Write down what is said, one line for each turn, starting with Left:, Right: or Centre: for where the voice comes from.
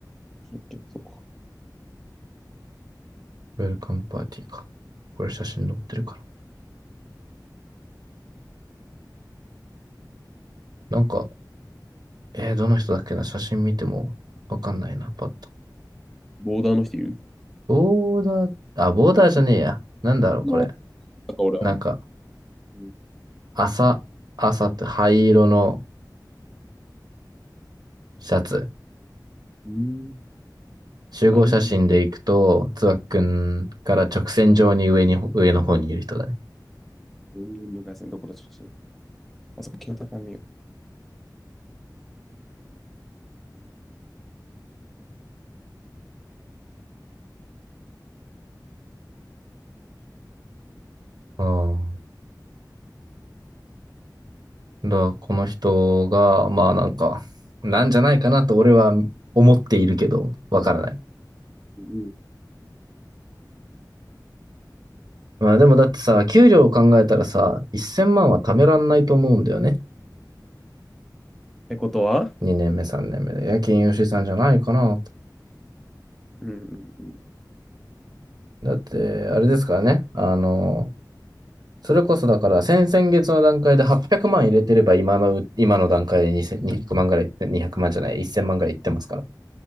Centre: オッケー、そっか。
Right: ウェルカムパーティーか。これ写真載ってるから。なんか、えーどの人だっけな写真見てもわかんないな、パッと。
Centre: ボーダーの人いる
Right: ボーダー、あ、ボーダーじゃねえや。
Centre: 本
Right: なんだろう、これ。
Centre: 当なんか俺は、
Right: なんか、
Centre: あんうん
Right: 朝、朝って灰色のシャツ。
Centre: うーん。
Right: 集合写真で行くと、
Centre: 灰色な。
Right: つばっくんから直線上に上に、上の方にいる人だね。
Centre: 全然無回線どこだ写真。あそこ、携帯から見よ
Right: ああ。だからこの人が、まあなんか、なんじゃないかなと俺は思っているけど、わからない。
Centre: う。うんうんっ
Right: まあでもだってさ、給料を考えたらさ、1000万は貯めらんないと思うんだよね。
Centre: てことは
Right: 2年目、3年目で。夜勤吉井さんじゃないかな。
Centre: うんうんうん。
Right: だって、あれですからね。あの、それこそだから、先々月の段階で800万入れてれば、今のう、今の段階で2000万ぐらいいって、200万じゃない、1000万ぐらいいってますから。